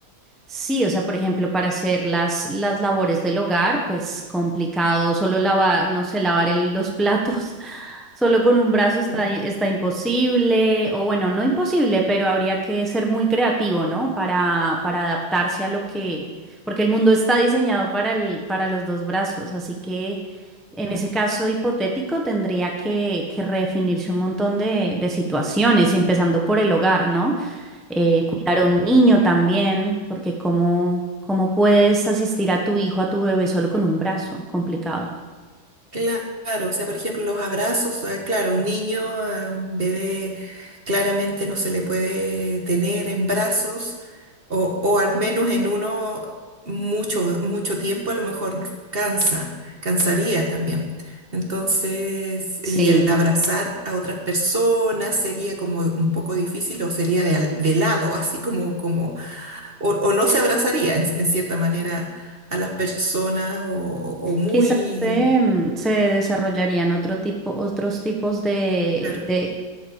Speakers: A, in the centre; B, on the right.
A: Sí, o sea, por ejemplo, para hacer las, las labores del hogar, pues complicado, solo lavar, no sé, lavar el- los platos, <laughs> solo con un brazo está,
B: Mm.
A: está imposible, o bueno, no imposible, pero habría que ser muy creativo, ¿no? Para, para adaptarse a lo que, porque el mundo está diseñado para el, para los dos brazos, así que
B: sí,
A: en
B: claro.
A: ese caso hipotético tendría que, que redefinirse un montón de, de situaciones, empezando por el hogar, ¿no? eh, cuidar a un niño también, porque cómo, cómo puedes asistir a tu hijo, a tu bebé solo con un brazo, complicado.
B: Claro, o sea, por ejemplo, los abrazos, eh, claro, un niño, a un bebé claramente no se le puede tener en brazos o, o al menos en uno mucho, mucho tiempo, a lo mejor cansa, cansaría también. Entonces,
A: Sí,
B: y el abrazar a otras personas sería como un poco difícil o sería de, al- de lado, así como, como, o, o no se abrazaría en, en cierta manera a las personas o o muy...
A: Quizás se, mm, se desarrollarían otro tipo, otros tipos de,
B: Claro.
A: de